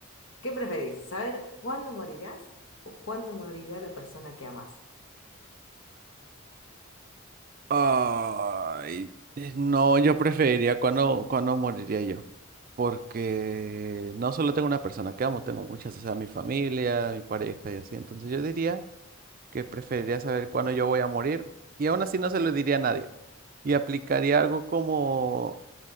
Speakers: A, on the left; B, on the right.
A: ¿Qué preferís? ¿Saber cuándo morirás o cuándo morirá la persona que amás?
B: Ay, eh, no, yo preferiría cuando, cuando moriría yo. Porque no solo tengo una persona que amo, tengo muchas, o sea, mi familia, mi pareja y así. Entonces yo diría que preferiría saber cuándo yo voy a morir y aún así no se lo diría a nadie. Y aplicaría algo como,